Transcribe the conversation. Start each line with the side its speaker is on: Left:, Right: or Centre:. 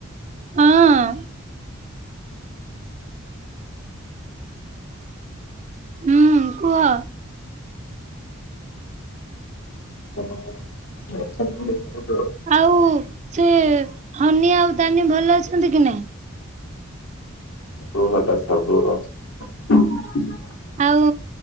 Right: ହଁ ହୁଁ କୁହ।
Left: <inaudible>
Right: ଆଉ ସେ ହନି ଆଉ ଦାନି ଭଲ ଅଛନ୍ତି କି ନାଇଁ।
Left: ସବୁ ଭଲ ସବୁ <unintelligible>
Right: ଆଉ